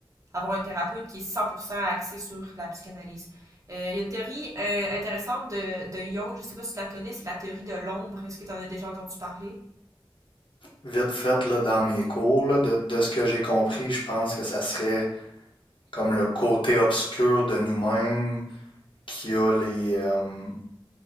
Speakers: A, on the right; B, on the left.
A: avoir un thérapeute qui est 100% axé sur la psychanalyse. Euh, Il y a une théorie euh, intéressante de, de Jung, je sais pas si tu la connais, c'est la théorie de l'ombre. Est-ce que tu en as déjà entendu parler?
B: Vite fait, là, dans mes cours, là, de, de ce que j'ai compris, je pense que ça serait comme le côté obscur de nous-mêmes qui a les, euh,